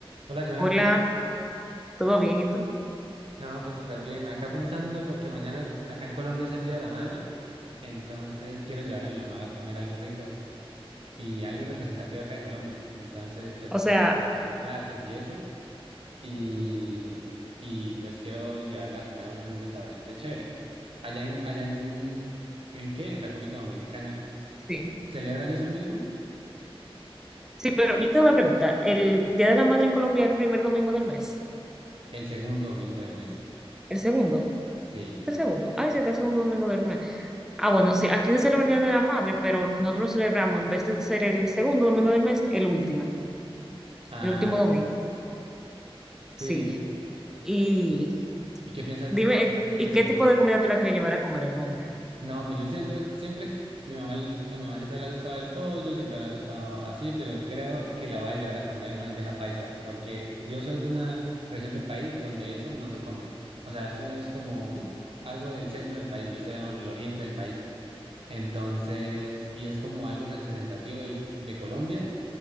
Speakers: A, on the right; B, in the centre.
A: Hola Joana,
B: Hola,
A: ¿cómo estás?
B: ¿todo bien? ¿Y tú?
A: No, pues súper bien. Acá pensando porque mañana acá en Colombia es el Día de la Madre, entonces quiero llevar a mi mamá a comer algo rico y algo representativo acá de Colombia. Entonces, pues
B: O
A: he estado
B: sea,
A: haciendo platos y eso y, y pues quiero llevarla a comer a algún restaurante chévere. Allá en, allá en, ¿en qué? En República Dominicana.
B: sí.
A: ¿Celebran eso mismo?
B: Sí, pero yo tengo una pregunta. ¿El Día de la Madre en Colombia es el primer domingo del mes?
A: El segundo domingo del mes.
B: ¿El segundo?
A: Sí.
B: ¿Es el segundo? Ay, sí, es el segundo domingo del mes. Ah, bueno, sí, aquí se celebra el Día de la Madre, pero nosotros lo celebramos, en vez de ser el segundo domingo del mes, el último,
A: Ah,
B: el último domingo.
A: sí.
B: Sí. Y
A: ¿Y qué piensas?
B: dime,
A: O sea, ¿qué
B: ¿y
A: piensas
B: qué tipo
A: hacer?
B: de comida tú la quieres llevar a comer a tu mamá?
A: No, pues yo siento, siempre, mi mamá, el- a mi mamá siempre le ha gustado el pollo y siempre le ha gustado así, pero creo que la voy a llevar a comer bandeja paisa, porque yo soy de una región del país donde eso no se come. O sea, eso es como hmm, algo del centro del país, yo estoy en el oriente del país. Entonces, y es como algo representativo del- de Colombia.